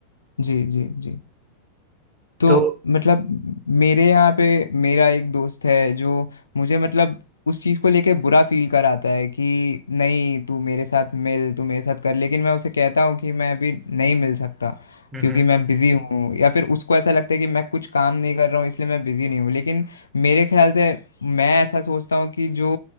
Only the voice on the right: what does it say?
तो
हम्म
हम्म